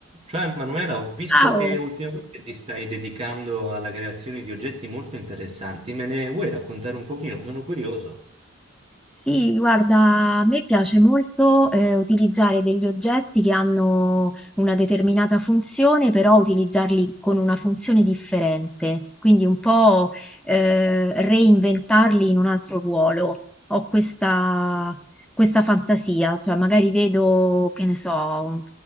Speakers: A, on the right (about 30°); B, in the centre.
A: Ciao Emanuela, ho visto
B: Ciao!
A: che ultimamente ti stai dedicando alla creazione di oggetti molto interessanti. Me ne vuoi raccontare un pochino? Sono curioso.
B: Sì, guarda, a me piace molto eh, utilizzare degli oggetti che hanno una determinata funzione, però utilizzarli con una funzione differente, quindi un po' eh, reinventarli in un altro ruolo. Ho questa, questa fantasia, cioè magari vedo, che ne so, un-